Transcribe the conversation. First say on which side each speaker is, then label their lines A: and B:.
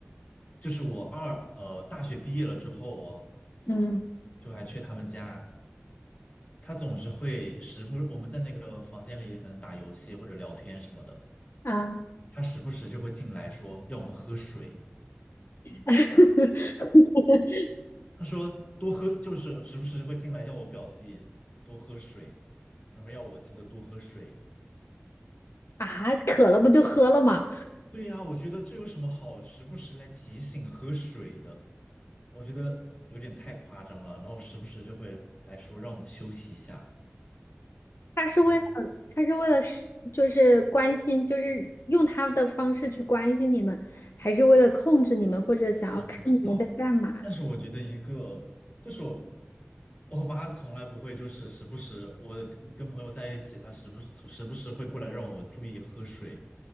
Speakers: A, on the left (about 35°); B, on the left (about 60°).
A: 就是我二呃大学毕业了之后哦，
B: 嗯
A: 就还去他们家，她总是会时不，我们在那个房间里可能打游戏或者聊天什么的。
B: 啊
A: 他时不时就会进来说要我们喝水，
B: <laughs>
A: 他说多喝，就是时不时就会进来叫我表弟多喝水，然后要我记得多喝水。
B: 啊，渴了不就喝了吗？
A: 对呀，我觉得这有什么好时不时来提醒喝水的？我觉得有点太夸张了。然后时不时就会来说让我们休息一下，
B: 他是为了，
A: 然后。
B: 他是为了是，就是关心，就是用他的方式去关心你们，还是为了控制你们，或者想要看你们在干嘛？
A: 我不知道。但是我觉得一个就是我，我爸从来不会就是时不时我跟跟朋友在一起，他时不时时不时会过来让我注意喝水，